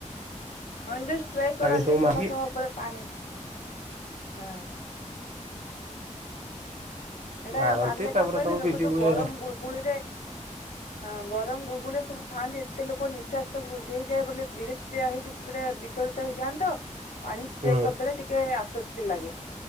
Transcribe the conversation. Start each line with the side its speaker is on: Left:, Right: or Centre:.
Left: ହଁ ଯୋଉ ଷ୍ଟ୍ରେକରନ୍ତି
Right: ପାଣି ସବୁ
Left: ସମସ୍ତଙ୍କ
Right: ମାଗି
Left: ଉପରେ ପାଣି ହଁ। ସେଟା
Right: ମାରନ୍ତି
Left: ମାରିଲେ
Right: ତାପରେ
Left: କଣ କହିଲେ
Right: ସବୁ
Left: ଲୋକ
Right: ଭିଜି
Left: ଯୋଉ
Right: ଭୁଜା
Left: ଗରମ ଗୁଳୁଗୁଳିରେ ହଁ ଗରମ ଗୁଳୁଗୁଳି ସବୁ ଥାନ୍ତି ଏତେ ଲୋକ ନିଃଶ୍ୱାସ ସବୁ ବୃଦ୍ଧି ହେଇଯଏ ବୋଲି ବିରକ୍ତିଆ ହେଇକି ପୁରା ବି ଚଳିତ ହେଇଯାଆନ୍ତିତ ପାଣି
Right: ହୁଁ
Left: ସ୍ପ୍ରେ କରିଦେଲେ ଟିକେ ଆଶ୍ଵସ୍ତି ଲାଗେ।